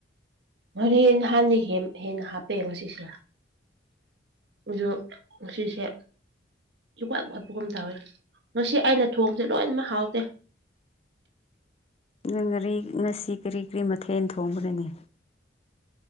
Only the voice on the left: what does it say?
ꯅꯪ ꯉꯔꯤ ꯉꯁꯤ ꯀꯔꯤ ꯀꯔꯤ ꯃꯊꯦꯜ ꯊꯣꯡꯕꯅꯅꯤ